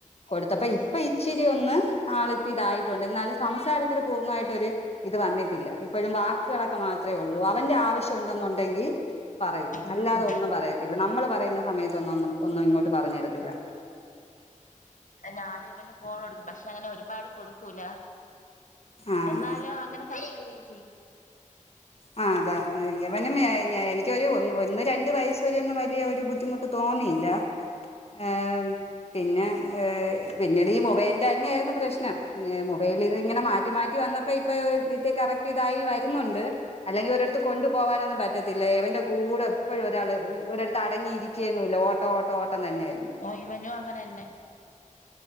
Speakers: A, on the left; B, on the left.
A: കൊടുത്തപ്പ
B: ആഹ്
A: ഇപ്പൊ ഇച്ചിരി ഒന്ന് ആള്ത്തിതായിട്ടുണ്ട് എന്നാലും സംസാരത്തില് പൂർണ്ണായിട്ടാെര് ഇത് വന്നിട്ടില്ല ഇപ്പഴും വാക്ക്കളൊക്കെ മാത് ത്രേ ഒള്ളൂ അവന്റെ ആവശ്യം ഉണ്ടെന്നുണ്ടെങ്കി പറയും
B: ഉം
A: അല്ലാതെ
B: ഉം
A: ഒന്നും പറയത്തില്ല നമ്മള് പറയ്ന്ന സമയത്തൊന്നും ഒന്നും ഒന്നും ഇങ്ങോട്ട് പറഞ്ഞ് തരത്തില്ല
B: ഞാൻ ഇവന് ഫോണാെട്ക്കും പക്ഷെ അങ്ങനെ ഒരുപാട് കൊട്ക്കൂല
A: ആഹ്
B: എന്നാലും അങ്ങനെ സംസാരിക്കൊക്കെ ചെയ്യും
A: ആ അതാ ഇവനും എനിക്കൊരു ഒന്ന് രണ്ട് വയസ്സ് വരെ ഒന്നും വലിയ ഒരു ബുദ്ധിമുട്ട് തോ തോന്നിയില്ല ഏ പിന്നെ ഈ പിന്നീട് ഈ മൊബൈലിന്റെ തന്നെയായിര്ന്നു പ്രശ്നം ഏ മൊ മൊബൈലില് ഇങ്ങനെ മാറ്റി മാറ്റി വന്നപ്പോ ഇപ്പൊ ഇത് കറക്റ്റ്തായി വര്ന്നുണ്ട് അല്ലെങ്കി ഒരെടത്ത് കൊണ്ടു പോകാനൊന്നും പറ്റത്തില്ല ഇവന്റെ കൂടെ എപ്പഴും ഒരാള് ഒരെടത്ത് അടങ്ങിയിരിക്കെയൊന്നുല്ല ഓട്ടോ ഓട്ടോ ഓട്ടം തന്നെയാ
B: ഓ ഇവനും അങ്ങനെന്നെ